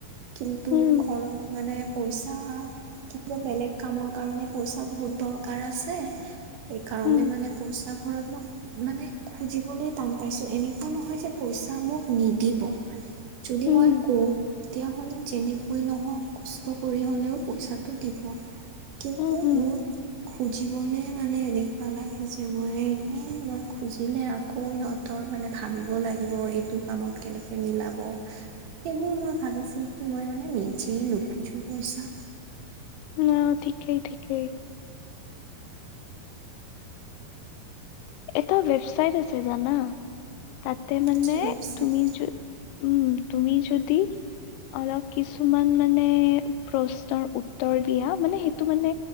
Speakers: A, on the right; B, on the left.
A: কিন্তু
B: উম
A: ঘৰত মানে। পইচা কি ক বেলেগ কামৰ কাৰণে পইচা বহুত দৰকাৰ আছে। সেইকাৰণে
B: উম
A: মানে পইচা ঘৰত ন। মানে খুজিবলৈ টান পাইছো এনেকুৱা নহয় যে পইচা মোক নিদিব। যদি
B: উম
A: মই কওঁ। তেতিয়াহ'লে যেনেকৈ নহওক কষ্ট কৰি হ'লেও পইচাটো দিব। কিন্তু
B: উম উম
A: মোৰ খুজিবলৈ মানে এনেকুৱা লাগে যে মই এ। মই খুজিলে আকৌ সিহঁতৰ মানে ভাবিব লাগিব এইটো কামত কেনেকৈ মিলাব। সেইবোৰ মই ভাবি চিন্তি মই মানে নিজে নোখোজো পইচা।
B: অ ঠিকেই ঠিকেই। এটা ৱেবছাইট আছে জানা। তাতে মানে
A: কি ৱেবচাইট
B: তুমি য উম তুমি যদি। অলপ কিছুমান মানে প্ৰশ্নৰ উত্তৰ দিয়া মানে সেইটো মানে।